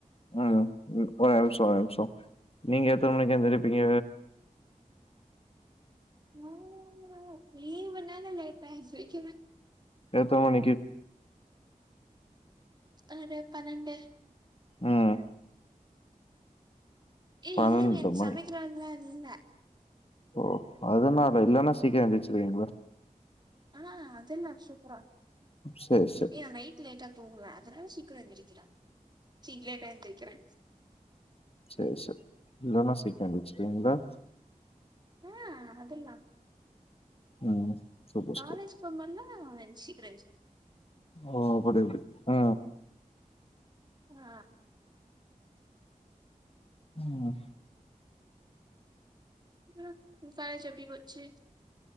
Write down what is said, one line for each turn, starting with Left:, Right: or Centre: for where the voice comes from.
Left: என்னாது ஒரே நிமிஷம் ஒரே நிமிஷம் நீங்க எத்தன மணிக்கு எந்திரி ப்பிங்க
Right: நாங்க லீவு நாள்ல லேட்டா எந்திரிக்குவ
Left: எத்தன மணிக்கு
Right: ஒரு பன்னண்டு
Left: ம்
Right: ஏ
Left: பன்னெண்டு
Right: லீவு எனக்கு
Left: மணி
Right: சமைக்கிற வேலலா இல்ல
Left: ஓ அதனால இல்லன்னா சீக்கிரம் எந்திருச்சிருவிங்களோ
Right: ஆ அது எல்லா சூப்பரா
Left: சேரி சேரி
Right: ஏ நா நைட் லேட்டா தூங்குவ அதனால சீக் க நெரிக்கிரா சீக்ரெட்டா எந்திரிக்கிறே
Left: செரி செ இல்லன்னா சீக்கிர எந்திரிச்சிருவிங்களா
Right: ஆ அதுல்லா
Left: ம் சூப்பர்
Right: காலேஜ்
Left: சூப்பர்
Right: போமோதெல்ல சீக்கிர எஞ்சி
Left: ஓ அபடி அப்டி ஆ
Right: ஆ
Left: ம்
Right: ம் இன்னிக் காலேஜ் எப்டி போச்சு